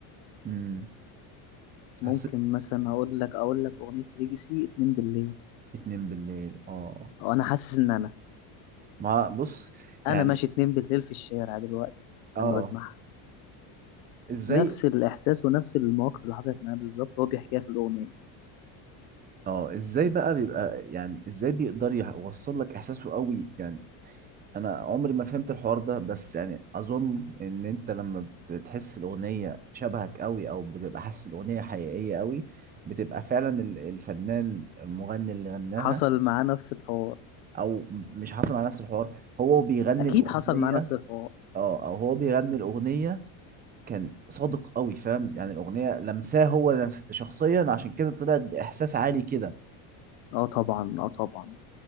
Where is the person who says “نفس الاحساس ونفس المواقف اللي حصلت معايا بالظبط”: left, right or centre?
Left